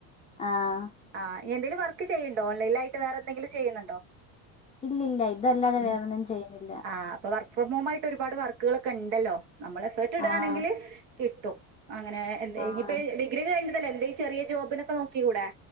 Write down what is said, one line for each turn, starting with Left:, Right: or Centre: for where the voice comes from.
Left: ആഹ്
Right: ആ നി എന്തങ്കിലും വർക്ക് ചെയ്യ്ണ്ടാേ ഓൺലൈൻ ആയിട്ട് വേറെ എന്തങ്കിലും വർക്ക് ചെയ്യുന്നുണ്ടോ?
Left: ഇല്ലില്ല ഇതല്ലാതെ
Right: ഉം
Left: വേറൊന്നും ചെയ്യുന്നില്ല.
Right: ആ അപ്പൊ വർക്ക് ഫ്രം ഹോം ആട്ട് ഒരുപാട് വർക്കുകളൊക്കെ ഉണ്ടല്ലോ നമ്മള് എഫർട്ട് ഇടുകയാണെങ്കില്
Left: ആഹ്
Right: കിട്ടും അങ്ങനെ എന്ത
Left: ആഹ്
Right: ഇനിപ്പ ഡഗ്രി കഴിഞ്ഞതല്ല എന്ത ചെറിയ ജോബിനൊക്കെ നോക്കി കൂടെ